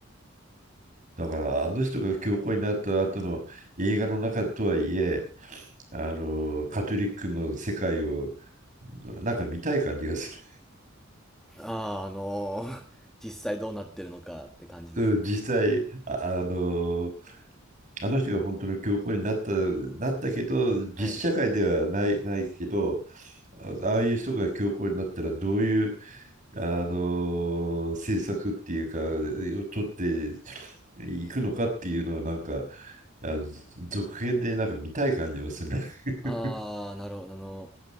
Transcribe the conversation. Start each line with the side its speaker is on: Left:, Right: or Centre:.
Right: だからあの人が教皇になった後の映画の中とはいえ、あのカトリックの世界をなんか見たい感じがする。
Centre: ああ、あの、<laughs> 実際どうなってるのかって感じです。
Right: <laughs> うん実際あ、あのあの人が本当の教皇になった、なったけど実社会ではない、
Centre: はい。
Right: ないけどあああいう人が教皇になったらどういうあの政策っていうか、を取っていくのかっていうのをなんか、あ続編でなんか見たい感じもするね。
Centre: ああ、
Right: <laughs>
Centre: なるほど。あの、